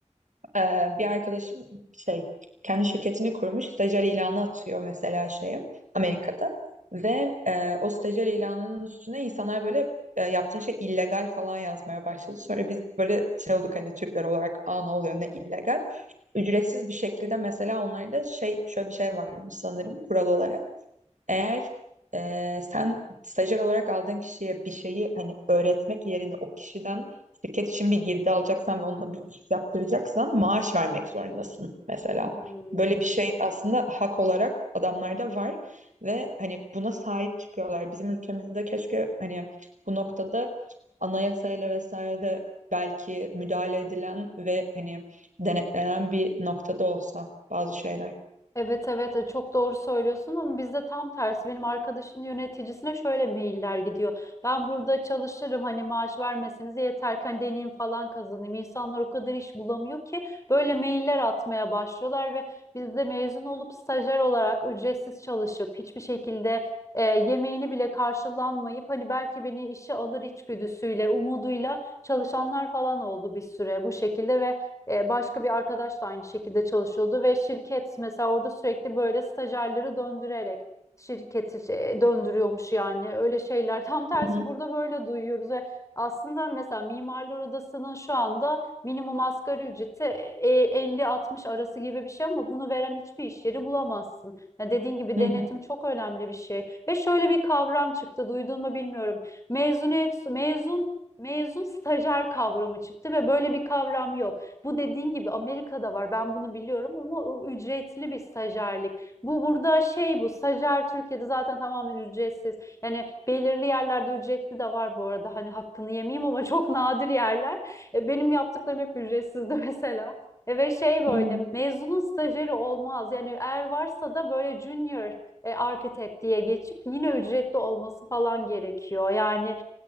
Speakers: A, on the right; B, on the left.
A: Ee, bir arkadaşım şey kendi şirketini kurmuş stajyer ilanı atıyor mesela şeye Amerika'da ve e, o stajyer ilanının üstüne insanlar böyle e, yaptığın şey illegal falan yazmaya başladı. Sonra biz böyle şey olduk hani Türkler olarak aa ne oluyor ne illegal. Ücretsiz bir şekilde mesela onlarda şey şöyle bir şey varmış sanırım kural olarak. Eğer eee, sen stajyer olarak aldığın kişiye bir şeyi hani öğretmek yerine o kişiden şirket için bir girdi alacaksan ve onunla bir iş yaptıracaksan maaş vermek zorundasın mesela.
B: Hmm.
A: Böyle bir şey aslında hak olarak adamlarda var ve hani buna sahip çıkıyorlar. Bizim ülkemizde keşke hani bu noktada anayasayla vesaire belki müdahale edilen ve hani denetlenen bir noktada olsa bazı şeyler.
B: Evet evet e, çok doğru söylüyorsun ama bizde tam tersi benim arkadaşın yöneticisine şöyle mailler gidiyor. Ben burada çalışırım hani maaş vermeseniz yeter ki hani deneyim falan kazanayım. İnsanlar o kadar iş bulamıyor ki böyle mailler atmaya başlıyorlar ve biz de mezun olup stajyer olarak ücretsiz çalışıp hiçbir şekilde e, yemeğini bile karşılanmayıp hani belki beni işe alır içgüdüsüyle umuduyla çalışanlar falan oldu bir süre bu şekilde ve e, başka bir arkadaş da aynı şekilde çalışıyordu ve şirket mesela orada sürekli böyle stajyerleri döndürerek şirketi e, döndürüyormuş yani öyle şeyler. <laughs> Tam tersi
A: hı,
B: burada böyle duyuyoruz ve aslında mesela Mimarlar Odası'nın şu anda minimum asgari ücreti e, 50-60 arası gibi bir şey ama bunu veren hiçbir iş yeri bulamazsın. Ya dediğin gibi
A: hı
B: denetim
A: hı,
B: çok önemli bir şey. Ve şöyle bir kavram çıktı, duydun mu bilmiyorum. Mezuniyet, mezun, mezun stajyer kavramı çıktı ve böyle bir kavram yok. Bu dediğin gibi Amerika'da var. Ben bunu biliyorum ama o ücretli bir stajyerlik. Bu burada şey bu stajyer Türkiye'de zaten tamamen ücretsiz. Yani belirli yerlerde ücretli de var bu arada. Hani hakkını yemeyeyim ama çok nadir yerler. E, Benim yaptıklarım hep ücretsizdi <laughs> mesela. E, Ve şey böyle
A: hı hı.
B: mezunun stajyeri olmaz. Yani eğer varsa da böyle junior e, architect diye geçip yine ücretli olması falan gerekiyor. Yani